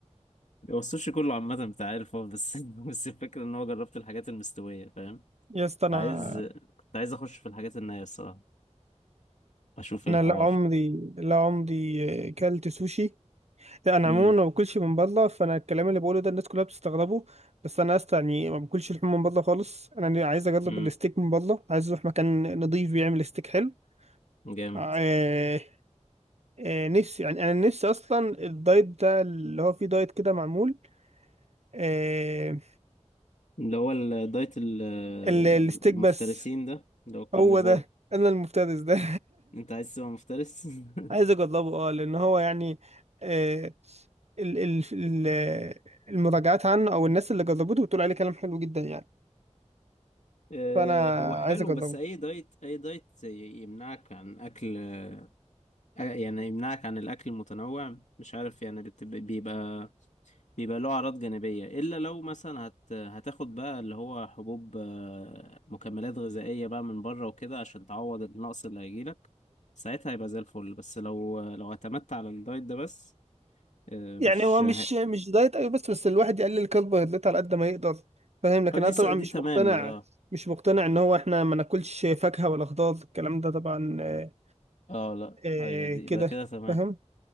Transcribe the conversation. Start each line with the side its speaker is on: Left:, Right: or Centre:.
Left: هو السوشي كله عامة بتاع عيال الفافي بس <laughs> بس الفكرة إن هو جربت الحاجات المستوية فاهم
Right: يا اسطى انا
Left: عايز كنت عايز اخش في الحاجات النية الصراحة اشوف ايه
Right: انا
Left: الحوار
Right: لا عمري لا عمري آه، كلت سوشي لا انا
Left: امم
Right: عموما ما باكلش من بره فانا الكلام اللي بقوله ده الناس كلها بتستغربه بس انا يا اسطى يعني ما باكلش لحوم من بره خالص انا عايز اجرب
Left: امم
Right: الستيك من بره عايز اروح مكان نضيف بيعمل ستيك حلو
Left: جامد
Right: آه، آه، نفسي يعني انا نفسي اصلا الدايت ده اللي هو فيه دايت كده معمول آه،
Left: اللي هو الدايت ال-
Right: ال- الستيك
Left: المفترسين
Right: بس
Left: ده اللي هو الكارنيفور
Right: هو ده انا المفترس ده
Left: انت عايز تبقى مفترس
Right: <laughs> عايز
Left: <laughs>
Right: اجربه اه لان هو يعني آه، ال ال ال المراجعات عنه او الناس اللي جربته بتقول عليه كلام حلو جدا يعني
Left: آه،
Right: فانا
Left: هو حلو
Right: عايز اجربه
Left: بس اي دايت اي دايت ي- يمنعك عن اكل آه، يعني يمنعك عن الاكل المتنوع مش عارف يعني بتبقى- بيبقى بيبقى له أعراض جانبية إلا لو مثلا هت... هتاخد بقى اللي هو حبوب آه، مكملات غذائية بقى من بره وكده عشان تعوض النقص اللي هيجيلك ساعتها هيبقى زي الفل بس لو لو اعتمدت على الدايت ده بس آه،
Right: يعني
Left: مش
Right: هو مش
Left: ه...
Right: مش دايت ايوه بس بس الواحد يقلل كربوهيدرات على قد ما يقدر فاهم لكن
Left: اه دي
Right: انا طبعا
Left: س...
Right: مش
Left: دي تمام
Right: مقتنع
Left: دي اه
Right: مش مقتنع ان هو احنا ما ناكلش فاكهة ولا خضار الكلام ده طبعا آه،
Left: اه لا
Right: آه
Left: ايوه دي
Right: كده
Left: يبقى كده تمام
Right: فاهم